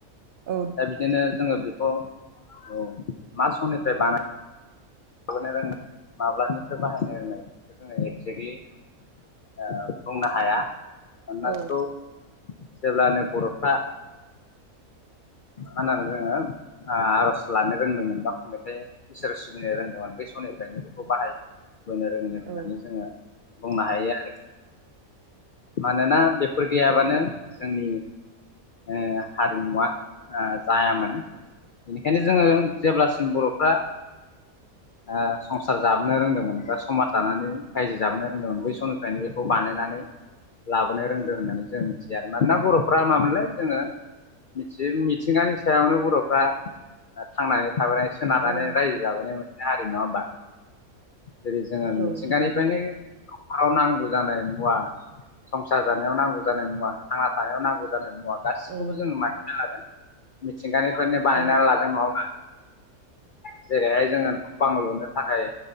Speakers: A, on the right (about 80°); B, on the left (about 85°).
A: औ।
B: दा बिदिनो जोङो बेखौ औ मा समनिफ्राय बाना माबानो रों माब्लानिफ्राय बाहायनो रोंनाय बेखौ जोङो एगजेक्टलि ओ बुंनो हाया।
A: औ
B: मानोना
A: औ
B: बेखौ जेब्लानो बर'फ्रा मानानै जोङो आर'ज लानो रोंदोंमोनबा खंबथाय इसोर सिबिनो रोंदोंमोन बै समनिफ्रायनो बेखौ बाहायबोनो रोंदों होननानै
A: औ
B: जोङो बुंनो हायो आरो। मानोना बेफोर गैयाबानो
A: औ
B: जोंनि ओ हारिमुवा ओ जायामोन बेनिखायनो जोङो जेब्लासिम बर'फ्रा ओ संसार जाबोनो रोंदोंमोन बा समाज जानानै रायजो जाबोनो रोंदोंमोन बै समनिफ्रायनो बेखौ बानायनानै लाबोनो रोंदों होननानै जों मिथिया आरो मानोना बर'फ्रा मामोनलाय जोङो मिथि मिथिंगानि सायावनो बर'फ्रा थांनानै थाबोनाय सोनारानानै
A: औ
B: रायजो जाबोनाय मोनसे हारि नङा होमबा। जेरै जोङो मिथिंगानिफ्रायनो
A: औ नंगौ दा
B: नखराव नांगौ जानाय मुवा संसार जानायाव नांगौ जानाय मुवा थांना थानायाव नांगौ जानाय मुवा गासिखौबो
A: ओं
B: जोङो मानिनानै लादों मिथिंगानिफ्रायनो बानायनानै
A: जायो
B: लादों नङा होमबा। जेरैहाय जोङो बां लुनो थाखाय